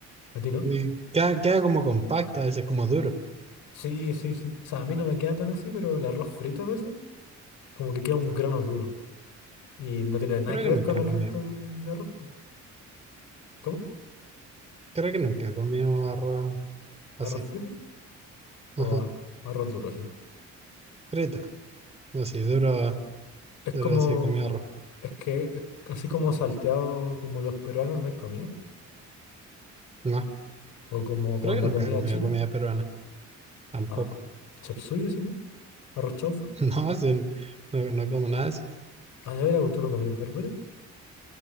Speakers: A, on the left; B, on the right.
A: ¿A ti no?
B: Y queda, queda como compacto, a veces como duro.
A: Sí, sí, sí. O sea, a mí no me queda tan así, pero el arroz frito a veces, como que queda un grano duro. Y no tiene nada
B: Creo
A: que
B: que
A: ver
B: nunca
A: con el
B: he comido.
A: resto de, de arroz. po. ¿Cómo?
B: Creo que nunca he comido arroz así.
A: ¿Arroz frito? O
B: Ajá.
A: a- arroz duro, sí.
B: Frito. Así, duro,
A: Es
B: duro
A: como,
B: así he comido arroz.
A: es que, eh, así como salteado como los peruanos no hay comido.
B: No,
A: O como
B: creo
A: con
B: que
A: la
B: nunca
A: comida
B: he comido
A: china.
B: comida peruana. Tampoco.
A: Ah, chapsuyo, sí, ¿no? Arroz chaufa.
B: <laughs> No, sí, no, no como nada de eso.
A: Ah, de veras, pues, ¿tú no comías verduras?